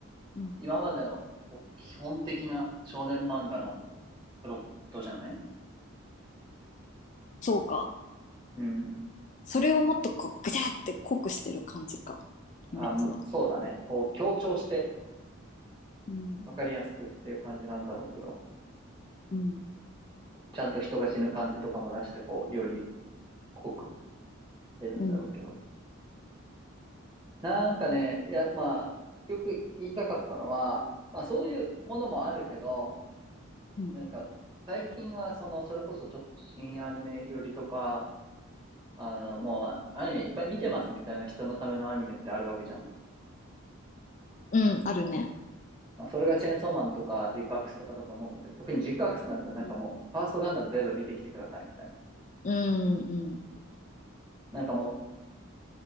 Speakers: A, on the left; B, on the right.
A: うん。
B: 今までのこう基本的な少年漫画のプロットじゃない
A: そうか。
B: うん。
A: それをもっとこう、ぐちゃって濃くしてる感じか。
B: あ、
A: 鬼滅は。
B: そうだね。こう強調して
A: うん。
B: わかりやすくっていう感じなんだろうけど、
A: うん。
B: ちゃんと人が死ぬ感じとかも出して、こう、より濃く出るんだろうけど。
A: うん。
B: なんかね、いや、まあ、結局言いたかったのは、まあそういうものもあるけど、
A: うん。
B: なんか、最近は、その、それこそちょっと新アニメよりとか、あの、もう、アニメいっぱい見てますみたいな人のためのアニメってあるわけじゃん。
A: うん、あるね。
B: まあ、それがチェーンソーマンとか、ジークアクスとかだと思うんだけど、特にジークアクスなんてなんかもう、
A: うん。
B: ファーストガンダム全部見てきてくださいみたいな。
A: うん、うん、
B: なんかも